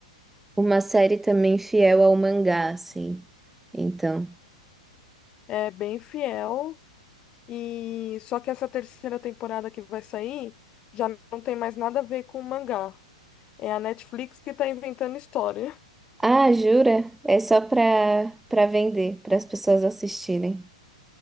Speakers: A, in the centre; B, on the left.
A: uma série também fiel ao mangá, assim. Então.
B: É bem fiel, e só que essa terceira temporada que vai sair já não tem mais nada a ver com o mangá. É a Netflix que tá inventando história.
A: Ah, jura? É só pra, pra vender, para as pessoas assistirem.